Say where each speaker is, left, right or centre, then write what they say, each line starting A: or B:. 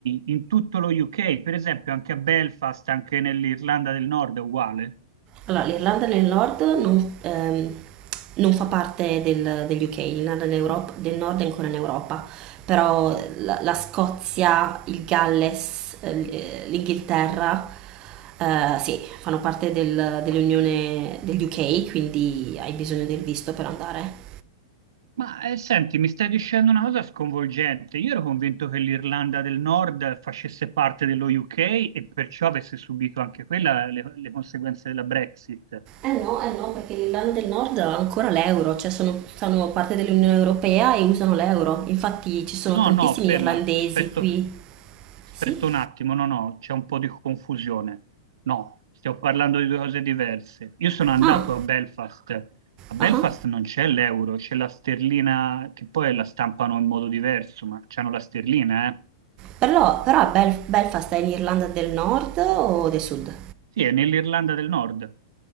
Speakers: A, on the right (about 75°); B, on the right (about 35°).
A: in tutto lo UK, per esempio anche a Belfast, anche nell'Irlanda del Nord è uguale?
B: Allora, l'Irlanda del Nord non, ehm, non fa parte del- degli UK, l'Irlanda dell'Europa- del Nord è ancora in Europa, però la, la Scozia, il Galles, eh, l- eh, l'Inghilterra, eh, sì, fanno parte del- dell'Unione degli UK, quindi hai bisogno del visto per andare.
A: Ma eh, senti, mi stai dicendo una cosa sconvolgente. Io ero convinto che l'Irlanda del Nord facesse parte dello UK e perciò avesse subito anche quella le, le conseguenze della Brexit.
B: Eh no, eh no, perché l'Irlanda del Nord ha ancora l'euro, cioè sono, fanno parte dell'Unione Europea e usano l'euro. Infatti ci sono
A: No,
B: tantissimi
A: no, ferma,
B: irlandesi
A: aspetto,
B: qui.
A: aspetta
B: Sì?
A: un attimo, no, no, c'è un po' di confusione. No, stiamo parlando di due cose diverse. Io sono andato
B: Ah,
A: a Belfast. A Belfast
B: ah. ah.
A: non c'è l'euro, c'è la sterlina, che poi la stampano in modo diverso, ma c'hanno la sterlina, eh.
B: Però, però a Bel- Belfast è in Irlanda del Nord o del Sud?
A: Sì, è nell'Irlanda del Nord.